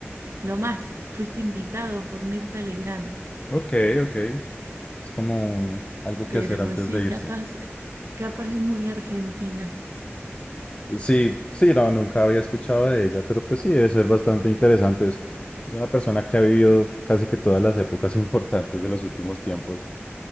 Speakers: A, on the right; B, on the left.
A: lo más. Fuiste invitado por Mirta Legrand.
B: Ok, ok. Es como un- algo que
A: Pero
B: hacer antes
A: sí,
B: de irse.
A: capaz, capaz es muy argentino.
B: Sí, sí, no, nunca había escuchado de ella, pero pues sí, debe ser bastante interesante. Es, es una persona que ha vivido casi que todas las épocas <laughs> importantes de los últimos tiempos.